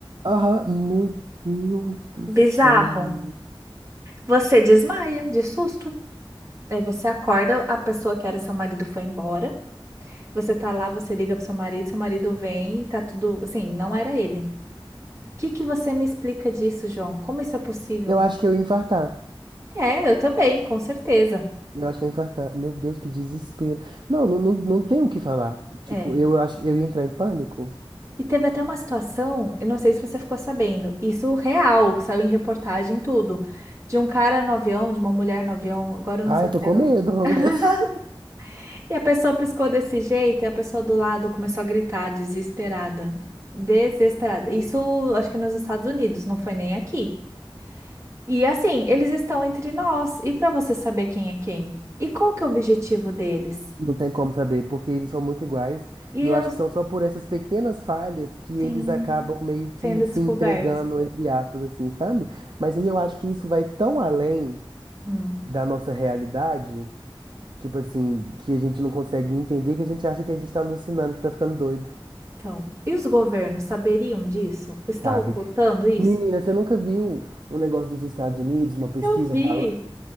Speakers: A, on the right; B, on the right.
A: Aham, meu Deus do céu.
B: Bizarro. Você desmaia de susto. Aí você acorda, a pessoa que era seu marido foi embora. Você tá lá, você liga pro seu marido, seu marido vem, e tá tudo. Assim, não era ele. O que que você me explica disso, João? Como isso é possível?
A: Eu acho que eu ia infartar.
B: É, eu também, com certeza.
A: Eu acho que eu ia infartar. Meu Deus, que desespero. Não, não, não, não tem o que falar. Tipo,
B: É.
A: eu acho que eu ia entrar em pânico.
B: E teve até uma situação, eu não sei se você ficou sabendo, isso real, que saiu em reportagem, e tudo, de um cara no avião, de uma mulher no avião, agora eu
A: Ah,
B: não sei
A: eu
B: se
A: tô
B: era.
A: com medo.
B: <laughs>
A: <laughs>
B: E a pessoa piscou desse jeito, e a pessoa do lado começou a gritar, desesperada. Desesperada. Isso acho que nos Estados Unidos, não foi nem aqui. E assim, eles estão entre nós, e para você saber quem é quem? E qual que é o objetivo deles?
A: Não tem como saber, porque eles são muito iguais.
B: E
A: E
B: eu,
A: eu acho que são só por essas pequenas falhas que
B: sim,
A: eles acabam meio que
B: sendo
A: se
B: descobertos.
A: entregando, entre aspas, assim, sabe? Mas aí eu acho que isso vai tão além
B: Hum.
A: da nossa realidade, tipo assim, que a gente não consegue entender, que a gente acha que a gente tá alucinando, que tá ficando doido,
B: Então, e os governos saberiam disso? Estão
A: sabe?
B: ocultando isso?
A: Menina, você nunca viu um negócio dos Estados Unidos, uma pesquisa
B: Eu vi.
A: falando